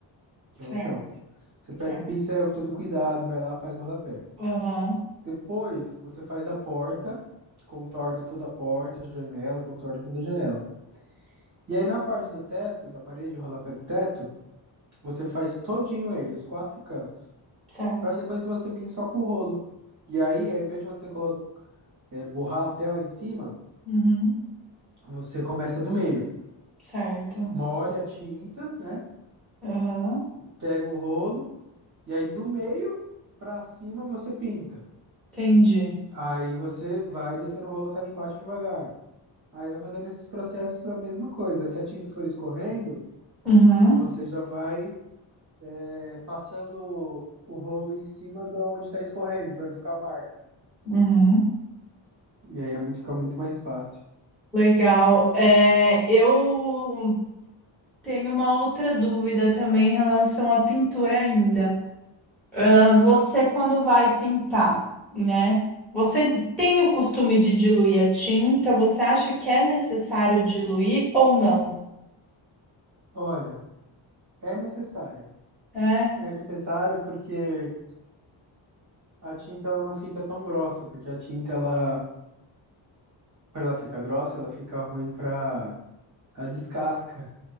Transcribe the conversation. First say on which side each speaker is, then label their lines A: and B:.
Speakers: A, on the right; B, in the centre.
A: que
B: Certo,
A: é o chão. Você pega
B: certo.
A: um pincel com todo cuidado, vai lá, faz o rodapé.
B: Aham,
A: Depois você faz a porta, contorna toda a porta, a janela, contorna toda a janela. E aí na parte do teto, da parede, o rodapé do teto, você faz todinho ele, os quatro cantos.
B: certo.
A: Para depois você vir só com o rolo. E aí, ao invés de você colocar, é, borrar a tela em cima,
B: Uhum,
A: você começa do meio.
B: certo.
A: Molha a tinta, né?
B: Aham,
A: Pega o rolo, e aí do meio para cima você pinta.
B: entendi.
A: Aí você vai descer um rolo até lá embaixo devagar. Aí vai fazendo esses processos a mesma coisa. Se a tinta for escorrendo,
B: Uhum,
A: você já vai é, passando o rolo em cima de onde está escorrendo, para não ficar marca.
B: uhum.
A: E aí a mão fica muito mais fácil.
B: Legal. É, eu tenho uma outra dúvida também em relação à pintura ainda. Ah, você, quando vai pintar, né? Você tem o costume de diluir a tinta? Você acha que é necessário diluir ou não?
A: Olha, é necessário.
B: É,
A: É necessário porque a tinta ela não fica tão grossa, porque a tinta ela, para ela ficar grossa, ela fica ruim para a descasca.